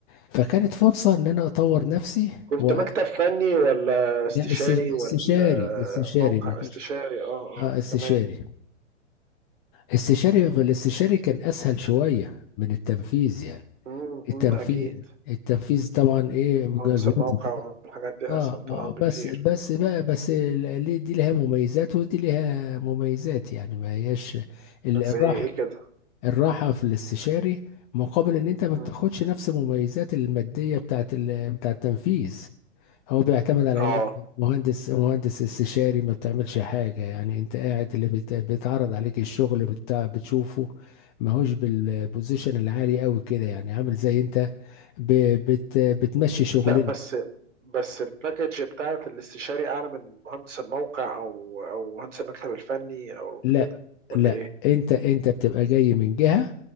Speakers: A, on the left; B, on the right.
A: فكانت فرصه ان انا اطور نفسي
B: كنت
A: و
B: مكتب فني ولا استشاري
A: لا، است- استشاري
B: ولا
A: استشاري
B: موقع
A: ما كانش
B: استشاري اه
A: اه
B: اه
A: استشاري
B: تمام
A: استشاري الاستشاري كان اسهل شويه من التنفيذ يعني
B: مم.
A: التنفيذ
B: مم. اكيد
A: التنفيذ طبعا ايه مجهود
B: مهندس الموقع
A: وكده
B: والحاجات دي
A: اه
B: اسهل طبعا
A: اه
B: بكتير
A: بس بس بقى بس ال- ليه دي لها مميزات ودي لها مميزات يعني ما هياش ال- الراحه
B: زي ايه كده
A: الراحه في الاستشاري مقابل ان انت ما بتاخدش
B: مم.
A: نفس المميزات الماديه بتاعت ال- بتاع التنفيذ هو بيعتمد على
B: اه
A: ان انت مهندس مهندس استشاري ما بتعملش حاجه يعني انت قاعد اللي بت- بيتعرض عليك الشغل بتاع بتشوفه ماهوش بالبوزيشن العالي قوي كده يعني عامل زي انت ب- بت بتمشي شغلنا
B: لا بس بس الباكج بتاعت الاستشاري اعلى من مهندس الموقع او او مهندس المكتب الفني او
A: لا
B: كده ولا
A: لا
B: ايه
A: انت انت بتبقى جاي من جهه